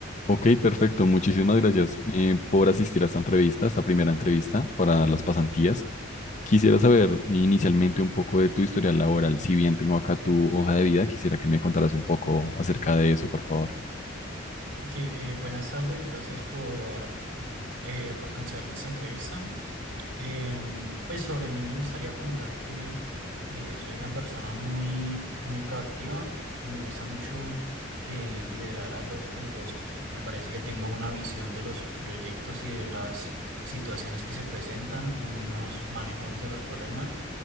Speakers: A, on the left; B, on the right.
A: Ok, perfecto. Muchísimas gracias eh, por asistir a esta entrevista, esta primera entrevista para las pasantías. Quisiera saber inicialmente un poco de tu historial laboral. Si bien tengo acá tu hoja de vida, quisiera que me contaras un poco acerca de eso, por favor.
B: Ok, eh, buenas tardes, gracias por, eh, por concederme esta entrevista. Em, pues sobre mí me gustaría contar que eh, soy una persona muy, muy proactiva y me gusta mucho eh, liderar a los grupos. Me parece que tengo una visión de los proyectos y de las situaciones que se presentan, unos manejos de los problemas